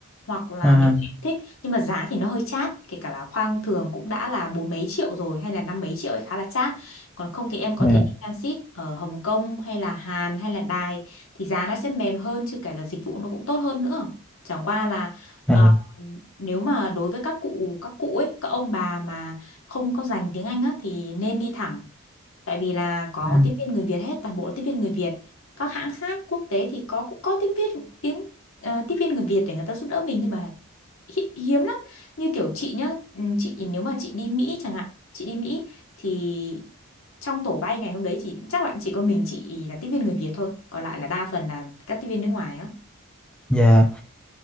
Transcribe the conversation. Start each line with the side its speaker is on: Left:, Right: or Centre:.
Left: hoặc là
Centre: À,
Left: nếu em thích nhưng mà giá thì nó hơi chát kể cả là khoang thường cũng đã là bốn mấy triệu rồi hay là năm mấy triệu ấy khá là chát còn không thì em có
Centre: dạ,
Left: thể đi transit ở Hồng Kông hay là Hàn hay là Đài thì giá nó sẽ mềm hơn chứ kể là dịch vụ nó cũng tốt hơn nữa chẳng qua là
Centre: à,
Left: ờ, nếu mà đối với các cụ các cụ ấy các ông bà mà không có dành tiếng Anh á thì nên đi thẳng tại vì là có
Centre: Ừ.
Left: tiếp viên người Việt hết toàn bộ là tiếp viên người Việt các hãng khác quốc tế thì có cũng có tiếng Việt tiếng ờ, tiếp viên người Việt để người ta giúp đỡ mình nhưng mà hi, hiếm lắm như kiểu chị nhá ừ, chị nếu mà chị đi Mỹ chẳng hạn chị đi Mỹ thì trong tổ bay ngày hôm đấy chỉ chắc là chỉ có mình chị là tiếp viên người Việt thôi còn lại là đa phần là các tiếp viên nước ngoài á
Centre: dạ.